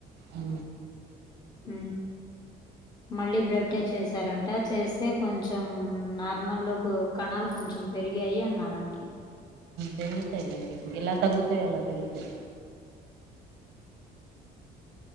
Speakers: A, on the right; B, on the left.
A: ఉ
B: ఊ మళ్ళీ బ్లడ్ టెస్ట్ చేసారంట చేస్తే కొంచం న <unintelligible> కణాలు కొంచెం పెరిగాయి అన్నారంట
A: పెరుగుతాయిలెండి ఎలా తగ్గుతాయో అలా పెరుగుతాయి